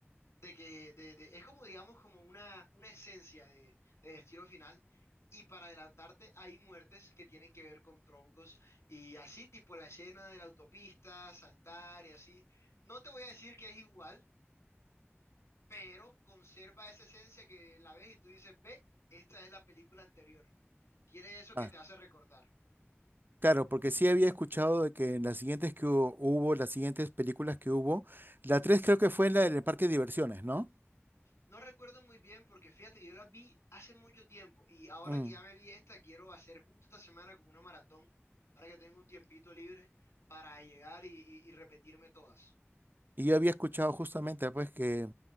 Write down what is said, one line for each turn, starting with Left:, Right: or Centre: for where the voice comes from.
Left: de que de- de- es como digamos como una, una esencia de, de Destino Final y para adelantarte hay muertes que tienen que ver con troncos y así tipo la escena de la autopista, saltar y así. No te voy a decir que es igual, pero conserva esa esencia que la ves y tú dices, ve, esta es la película anterior. Tiene eso que
Right: Ah,
Left: te hace recordar.
Right: claro, porque sí había escuchado de que en las siguientes que hu- hubo, las siguientes películas que hubo, la 3 creo que fue en la del parque de diversiones, ¿no?
Left: No recuerdo muy bien porque fíjate que yo las vi hace mucho tiempo y ahora
Right: Mm.
Left: que ya me vi esta, quiero hacer justo esta semana como una maratón, ahora que tengo un tiempito libre para llegar y, y- y repetirme todas.
Right: Y yo había escuchado justamente pues que